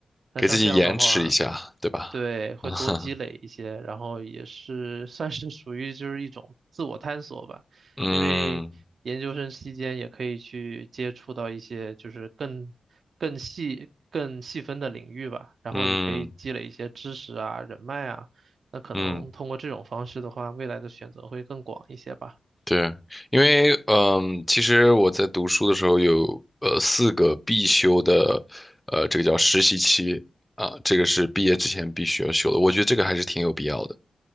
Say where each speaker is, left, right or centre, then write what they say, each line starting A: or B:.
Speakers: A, on the right (about 75°); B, in the centre.
A: 那像这样的话，
B: 给自己延迟一下，对吧？
A: 对，
B: <laughs>
A: 会多积累一些，
B: 啊哈，
A: 然后也是算是属于就是一种自我探索吧，
B: 嗯
A: 因为研究生期间也可以去接触到一些就是更更细更细分的领域吧，然后也可以积累一些知识啊、
B: 嗯
A: 人脉啊，那可能通过这种方式的话，
B: 嗯。
A: 未来的选择会更广一些吧。
B: 对，因为嗯，其实我在读书的时候有呃四个必修的，呃，这个叫实习期啊，这个是毕业之前必须要修的。我觉得这个还是挺有必要的，